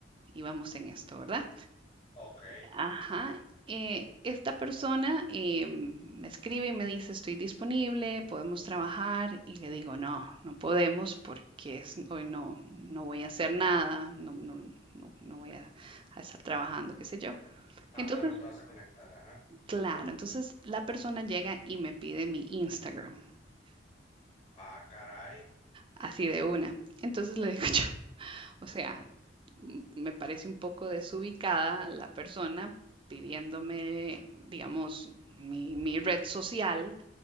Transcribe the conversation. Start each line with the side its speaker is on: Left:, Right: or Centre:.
Right: íbamos en esto, ¿verdad?
Left: ok.
Right: Ajá. eh, esta persona eh, me escribe y me dice, estoy disponible, podemos trabajar y le digo, no, no podemos porque es- hoy no, no voy a hacer nada, no, no, no, no voy a, a estar trabajando, qué sé yo.
Left: Ajá,
Right: Entonces,
Left: no te vas a conectar, ajá.
Right: claro, entonces la persona llega y me pide mi Instagram.
Left: Ah, caray,
Right: así de una. Entonces le digo <laughs> yo, o sea, me parece un poco desubicada la persona pidiéndome, digamos, mi, mi red social,